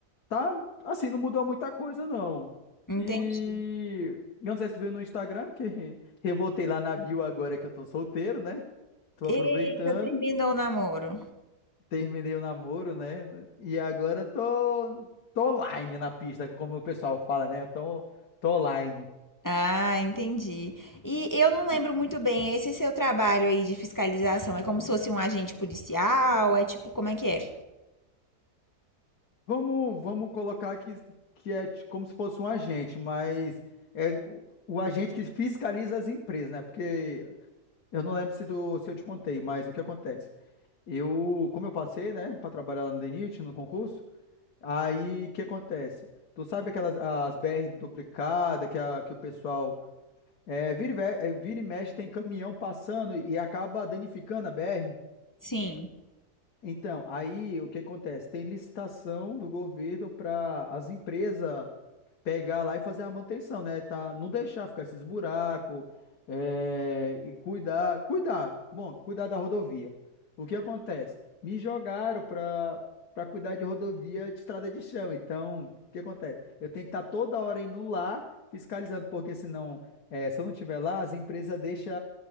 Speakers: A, on the left; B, on the left.
A: tá assim, não mudou muita coisa, não.
B: entendi.
A: E eu não sei se tu viu no Instagram, que <laughs> rebotei lá na bio agora que eu tô solteiro, né? Tô aproveitando
B: Eita, terminou o namoro.
A: terminei o namoro, né? E agora tô, tô online na pista, como o pessoal fala, né? Tô, tô online.
B: Ah, entendi. E eu não lembro muito bem, esse seu trabalho aí de fiscalização é como se fosse um agente policial? É tipo, como é que é?
A: Vamos, vamos colocar que, que é ti- como se fosse um agente, mas é o, o agente que fiscaliza as empresas, né? Porque eu não lembro se, tu, se eu te contei, mas o que acontece? Eu, como eu passei, né, para trabalhar lá no DENIT, no concurso, aí o que acontece? Tu sabe aquelas as BR duplicada que, a, que o pessoal É, vira, e ve- é, vira e mexe, tem caminhão passando e acaba danificando a BR.
B: Sim,
A: Então, aí o que acontece? Tem licitação do governo para as empresas pegar lá e fazer a manutenção, né? Tá, não deixar ficar esses buracos, é, e cuidar, cuidar, bom, cuidar da rodovia. O que acontece? Me jogaram para para cuidar de rodovia de estrada de chão. Então, o que acontece? Eu tenho que estar toda hora indo lá fiscalizando, porque senão, é, se eu não estiver lá, as empresas deixam